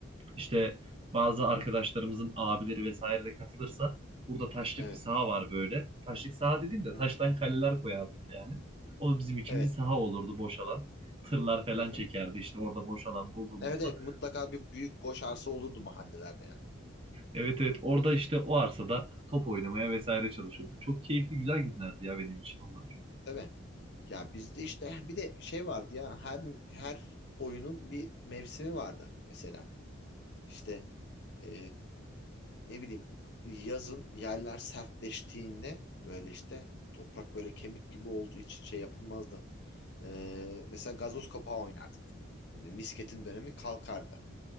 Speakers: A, on the right (about 25°); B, on the left (about 55°).
A: İşte bazı arkadaşlarımızın abileri vesaire de katılırsa burada taşlık
B: Evet.
A: bir saha var böyle. Taşlık saha dediğim de
B: Hı hı.
A: taştan kaleler koyardık yani. O bizim için
B: Evet.
A: bir saha olurdu boş alan. Tırlar falan
B: Hı hı.
A: çekerdi işte orada boş alan bulduğumuzda.
B: Evet evet mutlaka bir büyük boş arsa olurdu mahallelerde yani.
A: Evet evet orada işte o arsada top oynamaya vesaire çalışıyorduk. Çok keyifli güzel günlerdi ya benim için onlar.
B: Tabii. Ya bizde işte bir de şey vardı ya her her oyunun bir mevsimi vardı mesela. İşte e, ne bileyim yazın yerler sertleştiğinde böyle işte toprak böyle kemik gibi olduğu için şey yapılmazdı. E, mesela gazoz kapağı oynardık. Şimdi misketin dönemi kalkardı.